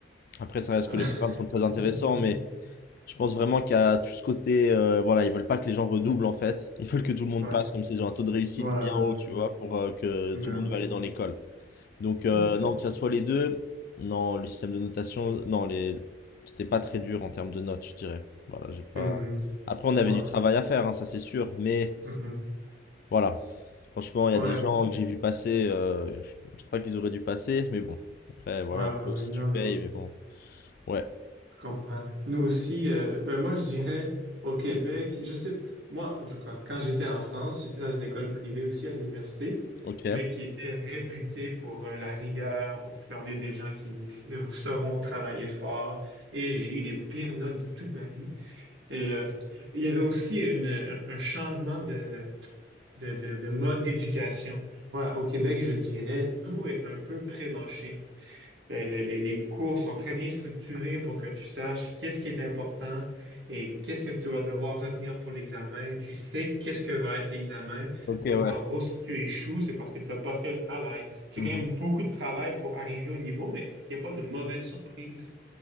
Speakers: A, on the left (about 50°); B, on the right (about 70°).
A: Après, ça reste
B: <laughs>
A: que les programmes sont très intéressants, mais je pense vraiment qu'il y a tout ce côté, euh, voilà, ils veulent pas que les gens redoublent en fait. Ils veulent que tout le monde
B: Ouais.
A: passe, comme s'ils ont un taux de réussite
B: Ouais, ouais,
A: bien haut, tu vois,
B: ouais.
A: pour euh, que
B: Mais
A: tout le monde
B: oui,
A: va aller dans l'école. Donc, euh,
B: tout à fait.
A: non, que ça soit les deux, non, le système de notation, non, les... c'était pas très dur en termes de notes, je dirais. Voilà, j'ai pas.
B: Mhm.
A: Après, on
B: Bon.
A: avait du travail à faire, hein, ça c'est sûr, mais
B: Mhm.
A: voilà, franchement, il y
B: Ouais.
A: a des gens que j'ai vu passer, euh, je sais pas qu'ils auraient dû passer, mais bon, après, voilà,
B: Ouais,
A: après
B: ouais, ouais.
A: aussi
B: Non,
A: tu payes,
B: non.
A: mais bon, ouais,
B: Je comprends. Nous aussi, euh, ben moi, je dirais au Québec, je sais, moi, en tout cas, quand j'étais en France, j'étais dans une école privée aussi à l'université,
A: ok,
B: mais qui était réputée pour euh, la rigueur, pour former des gens qui euh, sauront travailler fort. Et j'ai eu les pires notes de toute ma vie. Et euh, il y avait aussi une- un changement de, de, de, de mode d'éducation. Moi, au Québec, je dirais, tout est un peu prémâché. Euh, Les, les- les cours sont très bien structurés pour que tu saches qu'est-ce qui est important et qu'est-ce que tu vas devoir retenir pour l'examen. Tu sais qu'est-ce que va être l'examen.
A: ok,
B: Donc,
A: ouais,
B: en gros, si tu échoues, c'est parce que tu n'as pas fait le travail. C'est
A: Mhm.
B: quand même beaucoup de travail pour arriver au niveau, mais il n'y a pas de mauvaise surprise.